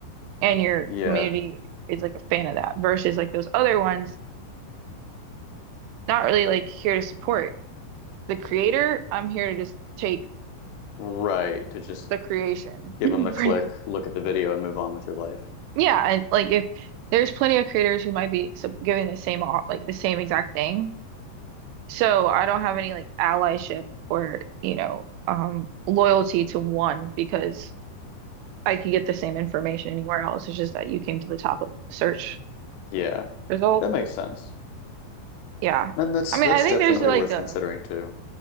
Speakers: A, on the right; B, on the left.
A: and your
B: yeah,
A: community is like a fan of that versus like those other ones not really like here to support the creator, I'm here to just take
B: right. To just
A: the creation.
B: give them
A: <laughs>
B: the click,
A: Pretty-
B: look at the video, and move on with your life.
A: Yeah, and like if there's plenty of creators who might be sub giving the same au- like the same exact thing. So I don't have any like allyship or, you know, um loyalty to one because I could get the same information anywhere else. It's just that you came to the top of the search
B: Yeah,
A: result.
B: that makes sense.
A: Yeah.
B: And that's
A: I
B: that's
A: mean, I think
B: definitely
A: there's like
B: worth
A: a
B: considering too.